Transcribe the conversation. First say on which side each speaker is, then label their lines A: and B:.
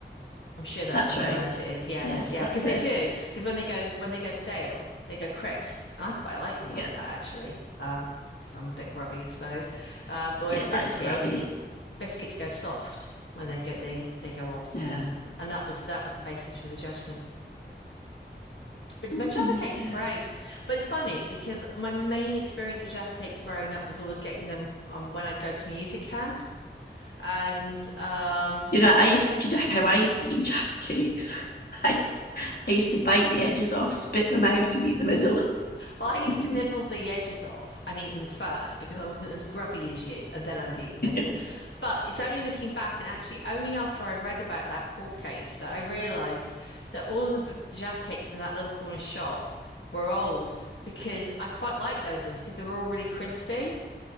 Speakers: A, on the left (about 80°); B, on the left (about 55°).
A: I'm sure that's
B: That's
A: the way
B: right.
A: around it is. Yeah,
B: Yes,
A: yeah,
B: that's
A: because they
B: it.
A: do. Because when they go when they go stale, they go crisp, and I quite like them like
B: Yeah,
A: that actually. Um, because I'm a bit grubby, I suppose. Uh, but whereas
B: yeah,
A: biscuits,
B: that is grubby.
A: biscuits go soft when they get they they go off,
B: Yeah.
A: and that was that was the basis for the judgment. But
B: Mm,
A: my Jaffa cakes
B: yes.
A: are great. But it's funny because my main experience with Jaffa cakes growing up was always getting them um, when I'd go to music camp. And um,
B: Do you know I used? Do you know how I used to eat Jaffa cakes? <laughs> I I used to bite the edges off, spit them out, and eat the middle. <laughs>
A: well, I used to nibble the edges off and eat them first because I wasn't as grubby as you. And then I would eat the middle.
B: Yeah.
A: But it's only looking back and actually only after I read about that court case that I realized that all of the, the Jaffa cakes in that little corner shop were old because I quite liked those ones because they were all really crispy.